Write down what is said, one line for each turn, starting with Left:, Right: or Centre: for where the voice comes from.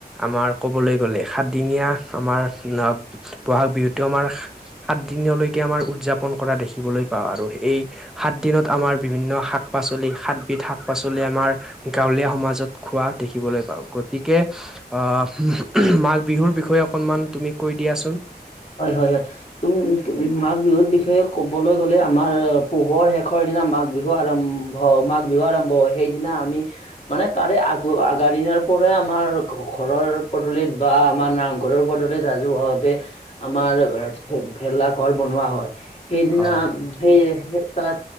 Centre: আমাৰ কবলৈ গ'লে সাতদিনীয়া আমাৰ। বহাগ বিহুতটো আমাৰ। সাত দিনলৈকে আমাৰ উদযাপন কৰা দেখিবলৈ পাওঁ আৰু এই সাত দিনত আমাৰ বিভিন্ন সাত। শাক-পাচলি সাতবিধ শাক পাচলি আমাৰ। গাঁৱলীয়া সমাজত খোৱা দেখিবলৈ পাওঁ গতিকে। আহ, মাঘ বিহুৰ বিষয়ে অকনমান তুমি কৈ দিয়াচোন।
Left: হয় হয় হয়। তুম মাঘ বিহুৰ বিষয়ে ক'বলৈ গলে আমাৰ পোহৰ শেষৰ দিনা মাঘ বিহু আৰাম। অ' মাঘ বিহু আৰম্ভ হয় সেইদিনা আমি মানে তাৰে আগ আগাৰ দিনাৰ প'ৰা আমাৰ ঘৰৰ পদূলিত বা আমাৰ নাম ঘৰৰ পদূলিত ৰাজহুৱাভ ভাবে আমাৰ ভেলা ঘৰ বনোৱা হয় সেইদিনা
Centre: হয়
Left: সেইয়ে তাত